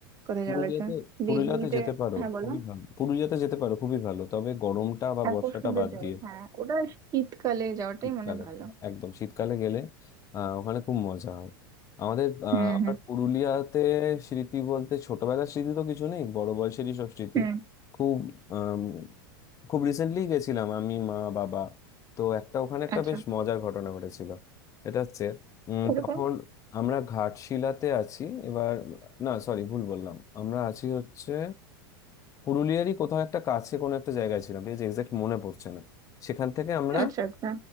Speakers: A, on the right; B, on the left.
A: কোথায়
B: পুরুলিয়াতে
A: যাওয়া হয়েছে
B: পুরুলিয়াতে
A: দিল্লিতে
B: যেতে পারো
A: হ্যাঁ বলো
B: খুবই ভালো পুরুলিয়াতে যেতে পারো খুবই ভালো তবে গরমটা বা
A: হ্যাঁ
B: বর্ষাটা
A: খুব সুন্দর
B: বাদ
A: জায়গা
B: দিয়ে
A: হ্যাঁ ওটা শীতকালে যাওয়াটাই
B: শীতকালে
A: মনে হয় ভালো
B: একদম শীতকালে গেলে আহ, ওখানে খুব মজা হয় আমাদের আহ,
A: হুম
B: আমার
A: হুম
B: পুরুলিয়াতে স্মৃতি বলতে ছোটবেলার স্মৃতি তো কিছু নেই বড় বয়সেরই সব স্মৃতি
A: হুম
B: খুব আম, খুব রিসেন্টলি গেছিলাম আমি মা বাবা তো একটা ওখানে একটা
A: আচ্ছা
B: বেশ মজার ঘটনা ঘটেছিল এটা হচ্ছে উম,
A: ওরকম
B: তখন আমরা ঘাটশিলাতে আছি এবার না সরি ভুল বললাম আমরা আছি হচ্ছে পুরুলিয়ারই কোথাও একটা কাছে কোনো একটা জায়গায় ছিলাম ঠিক আছে এক্সাক্ট মনে পড়ছে না সেখান থেকে আমরা
A: আচ্ছা আচ্ছা